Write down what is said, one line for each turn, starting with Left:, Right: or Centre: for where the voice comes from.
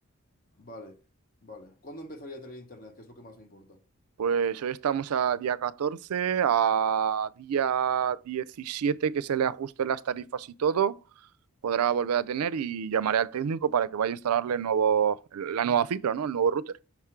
Left: Vale, vale. ¿Cuándo empezaría a tener internet? Que es lo que más me importa.
Right: Pues hoy estamos a día 14 a día 17 que se le ajusten las tarifas y todo, podrá volver a tener y llamaré al técnico para que vaya a instalarle el nuevo, la nueva fibra, ¿no? El nuevo router.